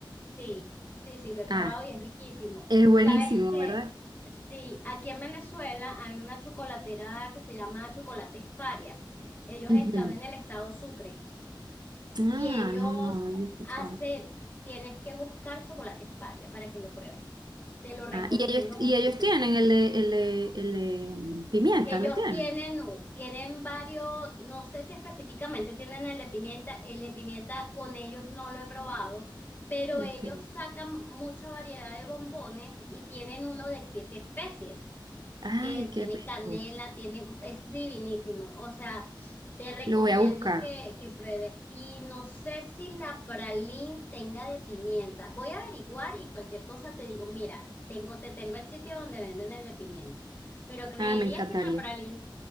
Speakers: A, on the left; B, on the right.
A: Sí, sí, sí, lo he probado
B: Ah,
A: y es riquísimo.
B: es buenísimo,
A: Sabes que
B: ¿verdad?
A: sí, aquí en Venezuela hay una chocolatera que se llama Chocolates Paria. Ellos
B: Ujú.
A: están en el estado Sucre
B: Ah,
A: y ellos
B: no, no, no lo he escuchado.
A: hacen, tienes que buscar Chocolates Paria para que lo pruebes. Te lo recomiendo
B: Ah, y ellos,
A: muchísimo.
B: y ellos tienen el de, el de, el de mm, pimienta,
A: Ellos
B: ¿lo tienen?
A: tienen, tienen varios, no sé si específicamente tienen el de pimienta, el de pimienta con ellos no lo he probado, pero
B: Ok.
A: ellos sacan mucha variedad de bombones y tienen uno de siete especies
B: Ay,
A: que
B: qué
A: tiene
B: rico.
A: canela, tiene, es divinísimo. O sea, te recomiendo
B: Lo voy a buscar.
A: que, que pruebes. Y no sé si la pralín tenga de pimienta. Voy a averiguar y cualquier cosa te digo, mira, tengo, te tengo el sitio donde venden el de pimienta. Pero creería
B: Ah, me encantaría.
A: que en la pralín,